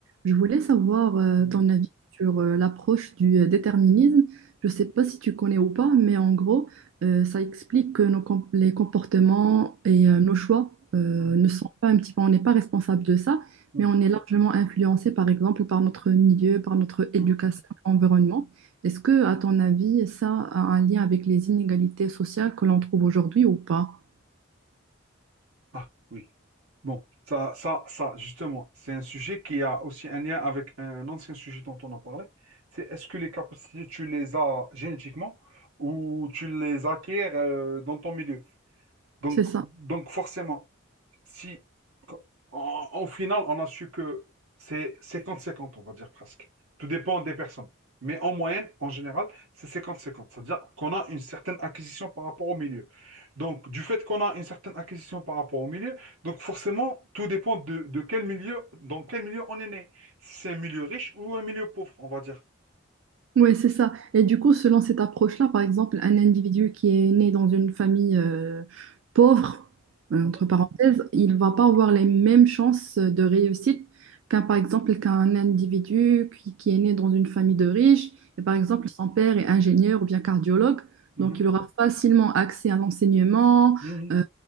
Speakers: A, on the right (about 70°); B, on the right (about 85°).
A: Je voulais savoir euh,
B: Mhm,
A: ton avis sur euh, l'approche du euh, déterminisme. Je ne sais pas si tu connais ou pas, mais en gros, euh, ça explique que nos com- les comportements et euh, nos choix euh,
B: mhm,
A: ne sont pas un petit peu, on n'est pas responsable de ça,
B: mhm,
A: mais on est largement influencé, par exemple, par notre milieu, par notre éducation,
B: mhm.
A: environnement. Est-ce que, à ton avis, ça a un lien avec les inégalités sociales que l'on trouve aujourd'hui ou pas?
B: Ah oui. Bon, ça, ça, ça, justement, c'est un sujet qui a aussi un lien avec un ancien sujet dont on a parlé. C'est est-ce que les capacités, tu les as génétiquement ou tu les acquiers euh, dans ton milieu? Donc,
A: C'est ça.
B: donc forcément, Si, en, en finale, on a su que c'est cinquante cinquante, on va dire presque. Tout dépend des personnes. Mais en moyenne, en général, c'est cinquante cinquante. cest C'est-à-dire qu'on a une certaine acquisition par rapport au milieu. Donc, du fait qu'on a une certaine acquisition par rapport au milieu, donc forcément, tout dépend de, de quel milieu, dans quel milieu on est né. Si c'est un milieu riche ou un milieu pauvre, on va dire.
A: Ouais, c'est ça. Et du coup, selon cette approche-là, par exemple, un individu qui est né dans une famille euh, pauvre, euh,
B: Mhm,
A: entre parenthèses, il va pas avoir les mêmes chances de réussite qu'un, par exemple, qu'un individu qui, qui est né dans une famille de riches. Et par exemple, son père est ingénieur ou bien cardiologue,
B: mhm,
A: donc il aura facilement accès à l'enseignement.
B: mhm,
A: euh,